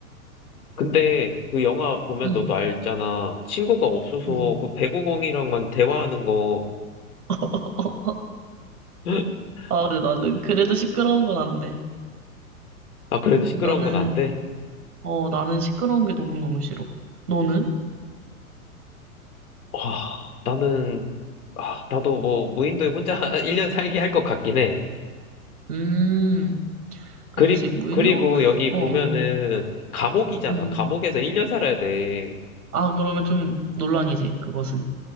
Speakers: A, on the left (about 75°); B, on the right (about 80°).
A: 근데 그 영화 보면
B: 응,
A: 너도 알잖아. 친구가 없어서
B: 응.
A: 그 배구공이랑만 대화하는 거.
B: <laughs>
A: <gasps> <laughs>
B: 아, 근데 나는 그래도 시끄러운 건 안 돼.
A: 아, 그래도 시끄러운
B: 나는,
A: 건 안 돼?
B: 어, 나는 시끄러운 게 너무너무 싫어. 너는?
A: 와, 나는, 아, 나도 뭐 무인도에 혼자 <laughs> 1년 살기 할 것 같긴 해.
B: 음, 그치.
A: 그리,
B: 무인도?
A: 그리고 여기
B: 어,
A: 보면은
B: 음.
A: 감옥이잖아.
B: 음.
A: 감옥에서 1년 살아야 돼.
B: 아, 그러면 좀 논란이지, 그것은.